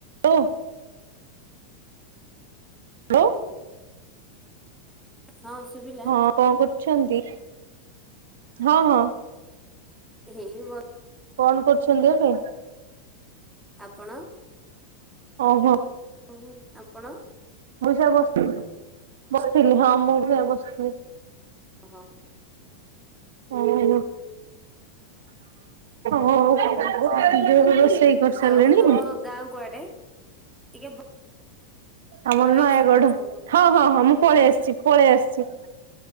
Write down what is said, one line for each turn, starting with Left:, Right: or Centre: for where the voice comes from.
Right: ଲୋ hello.
Centre: ହଁ ଶୁଭିଲା?
Right: ହଁ କଣ କରୁଛନ୍ତି? ହଁ ହଁ।
Centre: ହେଇ ବ
Right: କଣ କରୁଛନ୍ତି ଏବେ?
Centre: ଆପଣ
Right: ଓହୋ
Centre: ହଁ ଆପଣ?
Right: ମୁଁ ସେଆ ବସିଥିଲି। ବସିଥିଲି ହଁ ମୁଁ ବି ସେ ବସିଥିଲି।
Centre: ହଁ ହଁ।
Right: ଓହୋ। ହଁ <inaudible> ରୋଷେଇ କରିସାରିଲେଣି?
Centre: ଆଉ ତମ ଗାଁ କୁଆଡେ? ଟିକେ
Right: ଆମର
Centre: ଭଏସ
Right: ନୟାଗଡ।
Centre: ପଛପଟୁ
Right: ହଁ ହଁ ହଁ ମୁଁ ପଳେଇ ଆସିଛି। ପଳେଇ ଆସିଛି।